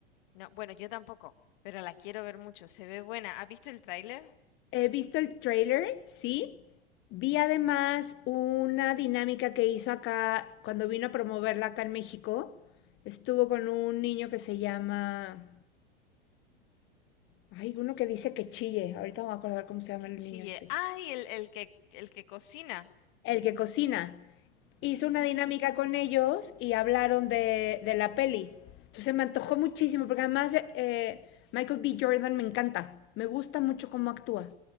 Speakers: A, on the left (about 55°); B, on the left (about 40°).
A: No, bueno, yo tampoco, pero la quiero ver mucho. Se ve buena. ¿Has visto el tráiler?
B: He visto el trailer, sí.
A: Ujú.
B: Vi además una dinámica que hizo acá cuando vino a promoverla acá en México. Estuvo con un niño que se llama... Hay uno que dice que chille. Ahorita me voy a acordar cómo se llama
A: Que
B: el
A: chille.
B: niño este.
A: Ay, el, el que, el que cocina.
B: El que cocina. Hizo
A: Sí,
B: una
A: sí,
B: dinámica
A: sí.
B: con ellos y hablaron de, de la peli. Entonces me antojó muchísimo, porque además eh, Michael B. Jordan me encanta. Me gusta mucho cómo actúa.